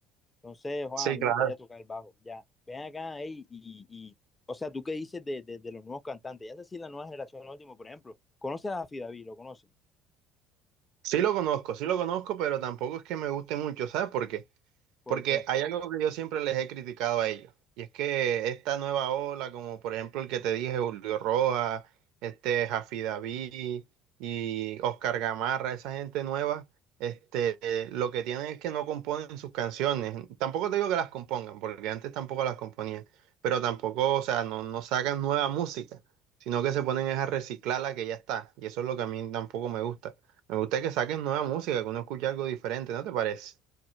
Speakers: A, on the left; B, on the right.
A: Entonces, ojalá,
B: Sí,
A: a mí
B: claro.
A: me gustaría tocar el bajo, ya. Ven acá, ey, y, y, o sea, ¿tú qué dices de, de, de los nuevos cantantes? Ya sé si la nueva generación, el último, por ejemplo, ¿conoces a David? ¿Lo conoces?
B: Sí lo conozco, sí lo conozco, pero tampoco es que me guste mucho, ¿sabes por qué?
A: ¿Por
B: Porque
A: qué?
B: hay algo que yo siempre les he criticado a ellos, y es que esta nueva ola, como por ejemplo el que te dije, Julio Rojas, este Jafi David y Oscar Gamarra, esa gente nueva, este, eh, lo que tienen es que no componen sus canciones. Tampoco te digo que las compongan, porque antes tampoco las componían, pero tampoco, o sea, no, no sacan nueva música, sino que se ponen es a reciclar la que ya está, y eso es lo que a mí tampoco me gusta. Me gusta que saquen nueva música, que uno escuche algo diferente, ¿no te parece?